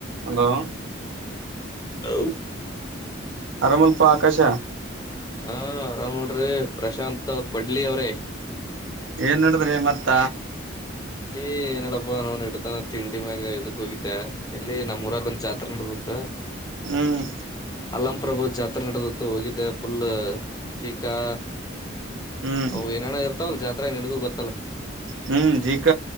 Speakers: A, on the right; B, on the left.
A: Hello
B: hello
A: ಆರಾಮಲ್ಪ ಆಕಾಶ
B: ಹಾ ಆರಾಮ್ ನೋಡ್ರಿ ಪ್ರಶಾಂತ್ ಕೊಡ್ಲಿ ಅವ್ರಿ
A: ಏನ್ ನಡದ್ರಿ ಮತ್ತ
B: ಏ್ ಏನ ಹೇಳಪ್ಪಾ ನಾ್ ಇಡ್ತಾನ ತಿಂಡಿ ಮ್ಯಾಗ ಎದಕ್ ಹೋಗಿದ್ದೆ ಇಲ್ಲಿ ನಮ್ಮ ಊರಾಗ ಒಂದ ಜಾತ್ರೆ ನಡಸುತ್ತ
A: ಹ್ಮ್
B: ಕಲಂ ಪ್ರ್ರಭು ಜಾತ್ರೆ ನಡೆದತ್ತು ಹೋಗಿದ್ದೆ ಫುಲ್ ಜೀಕಾ
A: ಹ್ಮ್
B: ಅವ ಏನೇನೋ ಇರ್ತವಲ್ಲ ಜಾತ್ರೆಗ ನಿನಗೂ ಗೊತ್ತಲ್ಲ
A: ಹ್ಮ್ ಜೀಕ